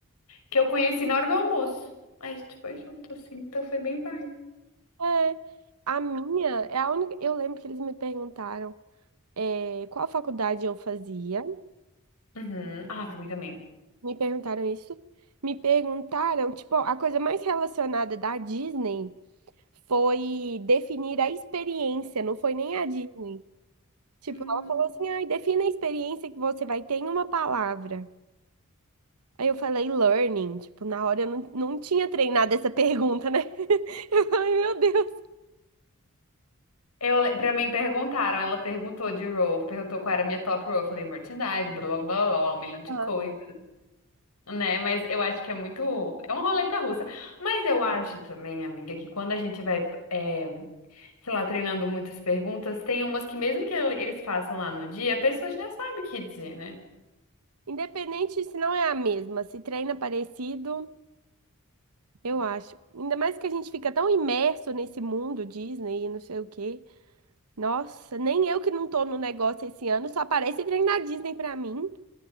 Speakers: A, on the left; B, on the right.
A: que eu conheci na hora do almoço. Aí a gente foi junto, assim, então foi bem vibe.
B: É, a minha é a única. Eu lembro que eles me perguntaram. é, qual faculdade eu fazia.
A: Uhum. Ah, pra mim também.
B: Me perguntaram isso. Me perguntaram, tipo, a coisa mais relacionada da Disney foi definir a experiência, não foi nem a Disney. Tipo,
A: Hum,
B: ela falou assim, ai, defina a experiência que você vai ter em uma palavra. Aí eu falei learning, tipo, na hora eu não, não tinha treinado essa pergunta, né? <laughs> Eu falei, meu Deus.
A: Eu, le- pra mim perguntaram, ela perguntou de role, perguntou qual era a minha top role. Eu falei merchandise, blá blá blá, blá, um milhão de
B: Aham.
A: coisas. Né, mas eu acho que é muito. É uma roleta russa. Mas eu acho também, amiga, que quando a gente vai, é, sei lá, treinando muitas perguntas, tem umas que, mesmo que ele- eles façam lá no dia, a pessoa já sabe o que dizer, né?
B: Independente se não é a mesma, se treina parecido, Eu acho. Ainda mais que a gente fica tão imerso nesse mundo Disney e não sei o quê. Nossa, nem eu que não tô no negócio esse ano, só aparece trem na Disney pra mim.